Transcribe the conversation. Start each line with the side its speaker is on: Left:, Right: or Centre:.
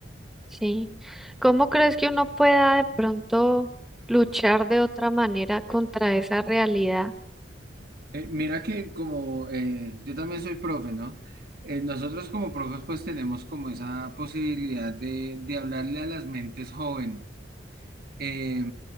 Centre: Sí. ¿Cómo crees que uno pueda de pronto luchar de otra manera contra esa realidad
Right: Eh, mira que como eh, yo también soy profe, ¿no? Eh, nosotros como profes pues tenemos como esa posibilidad de, de hablarle a las mentes jóvenes. Eh,